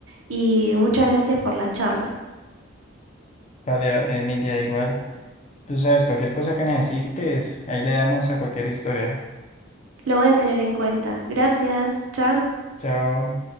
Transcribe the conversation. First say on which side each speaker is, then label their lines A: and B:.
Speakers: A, on the right (about 80°); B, on the left (about 35°).
A: y muchas gracias por la charla.
B: Vale, vale, Emilia, igual. Tú sabes, cualquier cosa que necesites, ahí le damos a cualquier historia.
A: Lo voy a tener en cuenta. Gracias. Chao.
B: Chao.